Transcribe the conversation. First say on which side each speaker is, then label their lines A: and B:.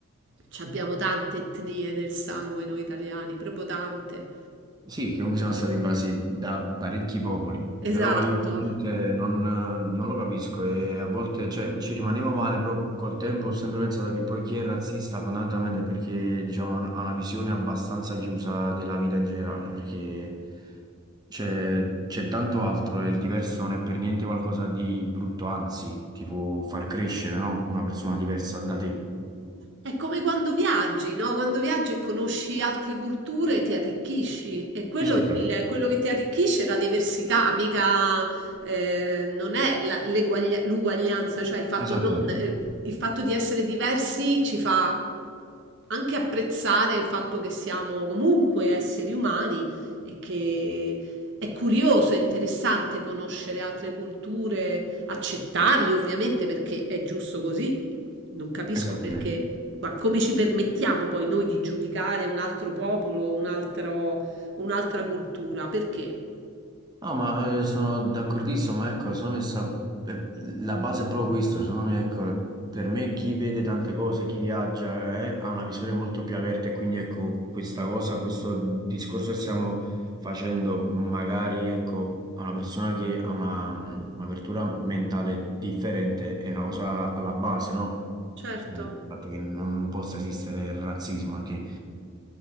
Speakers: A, on the right (about 55°); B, on the right (about 20°).
A: ci abbiamo tante etnie nel sangue, noi italiani, proprio tante.
B: Sì, che comunque siamo stati invasi da parecchi popoli,
A: Esatto.
B: però io veramente non, non lo capisco e a volte cioè, ci rimanevo male, però col tempo ho sempre pensato che poi chi è razzista fondamentalmente è perché diciamo, ha una visione abbastanza chiusa della vita in generale, perché c'è c'è tanto altro e il diverso non è per niente qualcosa di brutto, anzi, tipo far crescere, no? Una persona diversa da te.
A: È come quando viaggi, no? Quando viaggi e conosci altre culture ti arricchisci e quello,
B: Esattamente,
A: il- quello che ti arricchisce è la diversità, mica eh, non è la- l'eguaglia- l'uguaglianza, cioè il fatto,
B: esattamente,
A: non- eh, il fatto di essere diversi ci fa anche apprezzare il fatto che siamo comunque esseri umani e che è curioso, è interessante conoscere altre culture, accettarle ovviamente perché è giusto così. Non capisco
B: esattamente.
A: perché, ma come ci permettiamo poi noi di giudicare un altro popolo, un altro- un'altra cultura? Perché?
B: No, ma eh, sono d'accordissimo, ma ecco, secondo me sta- eh, la base è proprio questo, secondo me, ecco, per me chi vede tante cose, chi viaggia, eh, ha una visione molto più aperta e quindi ecco, questa cosa, questo discorso che stiamo facendo, magari ecco, a una persona che ha una- un'apertura mentale differente, è una cosa alla base, no?
A: Certo,
B: Mm, Il fatto che non possa esistere il razzismo, perché